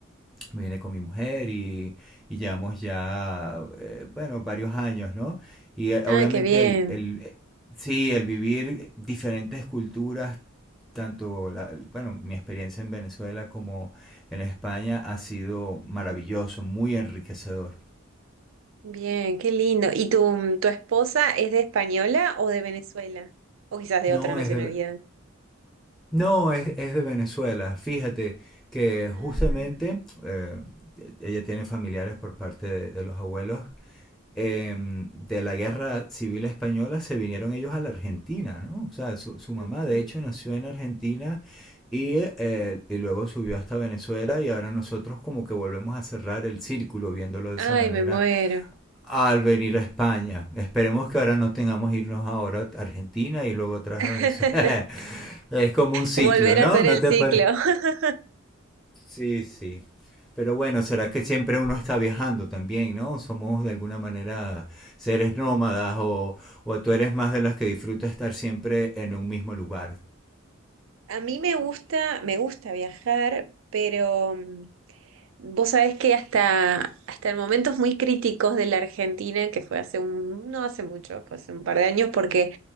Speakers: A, in the centre; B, on the right.
A: me vine con mi mujer y, y llevamos ya, eh, bueno, varios años, ¿no? Y eh, obviamente
B: Ah, qué bien,
A: el, el, eh, sí, el vivir diferentes culturas, tanto, la, bueno, mi experiencia en Venezuela como en España ha sido maravilloso, muy enriquecedor.
B: bien, qué lindo. ¿Y tu, tu esposa es de española o de Venezuela? O quizás de
A: No,
B: otra nacionalidad.
A: es de, no, es, es de Venezuela. Fíjate que
B: Ah,
A: justamente eh, ella tiene familiares por parte de, de los abuelos em, de la guerra civil española se vinieron ellos a la Argentina, ¿no? O sea, su, su
B: ujú.
A: mamá de hecho nació en Argentina y, eh, y luego subió hasta Venezuela y ahora nosotros como que volvemos a cerrar el círculo viéndolo de esa
B: Ay,
A: manera
B: me muero.
A: al venir a España. Esperemos que ahora no tengamos irnos ahora a Argentina y luego atrás
B: <laughs>
A: a Venezuela. <laughs> Es como un ciclo,
B: Volver
A: ¿no?
B: a hacer
A: ¿No
B: el
A: te
B: ciclo.
A: parece?
B: <laughs>
A: Sí, sí. Pero bueno, será que siempre uno está viajando también, ¿no? Somos de alguna manera seres nómadas o, o tú eres más de las que disfruta estar siempre en un mismo lugar.
B: A mí me gusta, me gusta viajar, pero mm, Vos sabés que hasta, hasta en momentos muy críticos de la Argentina, que fue hace un, no hace mucho, fue hace un par de años, porque